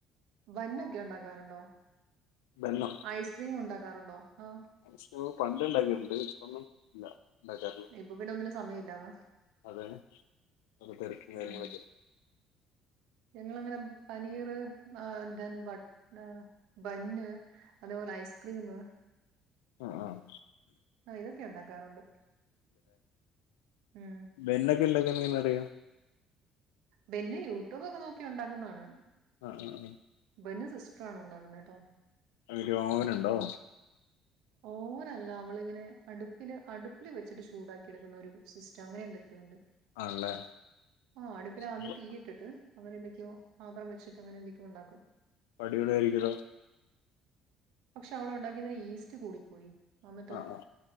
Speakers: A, on the right; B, on the left.
A: ബന്നൊക്കെ ഉണ്ടാകാറുണ്ടോ?
B: ബന്നോ?
A: ഐസ്ക്രീം ഉണ്ടാക്കാറുണ്ടോ? ആഹ്
B: സ്കൂള്ന്ന്പണ്ട് ഇണ്ടാക്കിട്ടുണ്ട് ഇപ്പൊന്നും ഇല്ല. ഉണ്ടാക്കാറുള്ളു
A: ഇപ്പൊ പിന്നെ ഒന്നിനും സമയമില്ലാതാ
B: അതാണ് തെരക്കും കാര്യങ്ങളൊക്കെ
A: ഉം <inaudible> ഞങ്ങളങ്ങനെ പനീർ ആഹ് ദൻ ഏഹ് ബന്ന് അതുപോലെ ഐസ്ക്രീം
B: ആഹ് ആഹ്
A: ആഹ് ഇതൊക്കെ ഉണ്ടാക്കാറുണ്ട്. ഉം
B: ബന്നൊക്കെ ഉണ്ടാക്കാനെങ്ങനെ അറിയാം?
A: ബെന്ന് യൂട്യൂബക്കെ നോക്കി ഉണ്ടാക്കുന്നതാണ്.
B: ആഹ് ആഹ് ആഹ്
A: ബന്ന് സിസ്റ്ററാണ് ഉണ്ടാക്കുന്നത് ട്ടോ.
B: അതില് ഓവനുണ്ടോ?
A: ഓവനല്ല അവളിങ്ങനെ അടുപ്പില് അടുപ്പില് വെച്ചിട്ട് ചൂടാക്കി എടുക്കുന്ന ഒരു സിസ് റ്റങ്ങനെ എന്തൊക്കെയോണ്ട്
B: ആണല്ലേ
A: ആഹ് അടുപ്പിൽ ആദ്യം
B: അപ്പൊ
A: തീയിട്ടി ട്ട് അവനെന്തൊക്കെയോ പാത്രം വച്ചിട്ട് അങ്ങനെ എന്തൊക്കെയോ ഉണ്ടാക്കും.
B: അടിപൊളിയായിരിക്കുല്ലോ
A: പക്ഷേ അവളുണ്ടാക്കിയതിൽ ഈസ്റ്റ് കൂടിപ്പോയി. വന്നിട്ട്
B: ആ ആ